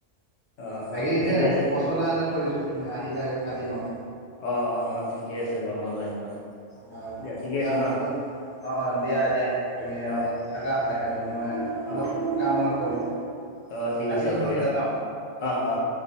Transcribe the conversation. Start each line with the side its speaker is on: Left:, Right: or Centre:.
Left: অ
Right: বাকী
Left: অ
Right: সেই
Left: ঠিকে আছে
Right: পচলা এটা থৈ দিছো তুমি আহিলে কাটিম আৰু।
Left: অ' অ' অ' ঠিকে আছে বাৰু মই লৈ আহিম অ'।
Right: হয়
Left: ঠিকে
Right: দিয়া
Left: আছে ন
Right: হব। অ' অ' দিয়া দিয়া তুমি
Left: অ
Right: আৰু থাকা বাহিৰতে মই
Left: অ
Right: অলপ কাম অলপ কৰোঁ।
Left: অ ঠিক
Right: ৰাখিছো
Left: আছে হ'ব
Right: নহ'লে
Left: দিয়া
Right: ন
Left: অ অ